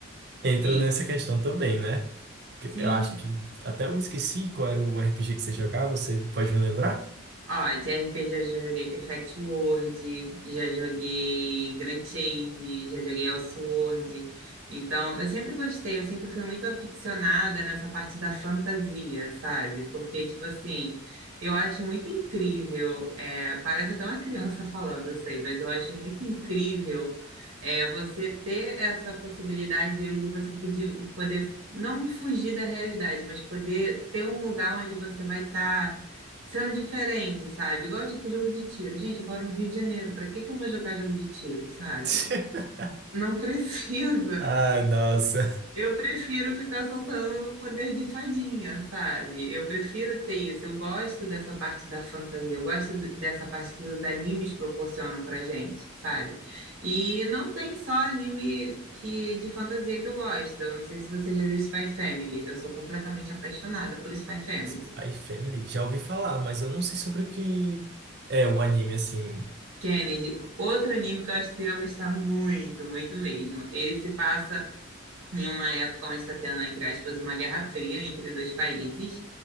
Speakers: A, on the right (about 50°); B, on the right (about 85°).
A: entra
B: Sim,
A: nessa questão também, né? Que
B: sim.
A: Eu acho que até eu me esqueci qual era o RPG que você jogava, você pode me lembrar?
B: Ó, de RPG eu já joguei Perfect World, já joguei Grand Chase, já joguei Elsword Então, eu sempre gostei, eu sempre fui muito aficionada nessa parte da fantasia, sabe? Porque, tipo assim, eu acho muito incrível, é, parece até uma criança <laughs> falando, eu sei, mas eu acho muito incrível, é, você ter essa possibilidade hoje de você poder, poder não fugir da realidade, mas poder ter um lugar onde você vai estar sendo diferente, sabe? Igual tipo jogo de tiro. Gente, eu moro no Rio de Janeiro, pra que que eu vou jogar jogo de tiro, sabe?
A: <laughs>
B: Não <laughs> precisa.
A: Ah, nossa.
B: Eu prefiro ficar soltando o poder de fadinha, sabe? Eu prefiro ter isso. Eu gosto dessa parte da fantasia, eu gosto d- dessa parte que os animes proporcionam pra gente, sabe? E não tem só anime que de fantasia que eu gosto. Eu não sei se você já viu Spy Family. Eu sou completamente apaixonada por Spy Family.
A: Spy Family, já ouvi falar, mas eu não sei sobre o que é o anime assim.
B: Kennedy, outro anime que eu acho que tu ia gostar muito, muito mesmo. Ele se passa em uma época onde está tendo, entre aspas, uma guerra fria entre dois países.